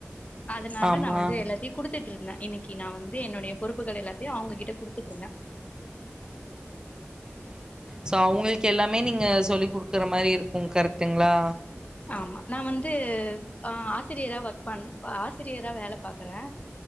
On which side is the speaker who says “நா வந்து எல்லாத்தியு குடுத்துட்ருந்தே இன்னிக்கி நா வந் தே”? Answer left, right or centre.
Left